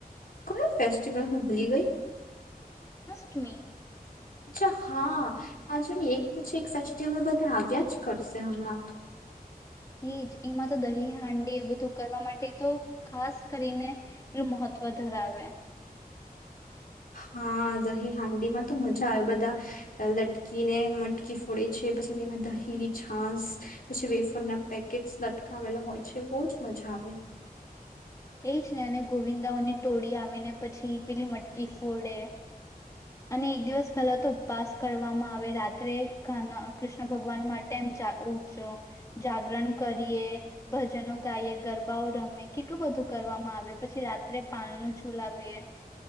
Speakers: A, on the left (about 65°); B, on the left (about 20°).
A: કોઈ ફેસ્ટિવલ હું ભૂલી ગઈ.
B: અઠમી
A: અચ્છા હા આજુ એક પછી એક સેસ્ટી અમે બધા આવ્યા જ કરશે હમણાં તો
B: એજ એમાં તો દહી હાંડી એ બધું કરવા માટે તો ખાસ કરીને એલું મહત્વ ધરાવે
A: હા દહી હાંડી માં તો મજા આવે બધા લટકી ને મટકી ફોડે છે પછી તેમાં દહી છાસ પછી વેફન ના પેકેટ લટકાવેલા હોય છે બહુ જ મજાવે.
B: એ જ ને અને ગોવિંદાઓની ટોળી આવીને પછી પેલી મટકી ફોડે. અને એક દિવસ પહેલા તો ઉપવાસ કરવામાં આવે રાત્રે ઘ કૃષ્ણ ભગવાન માટે એમ ઉજો જાગરણ કરીએ ભજનો ગાઈએ ગરબાઓ રમે કેટલું બધું કરવામાં આવે પછી રાત્રે પાળનું છુલાવીએ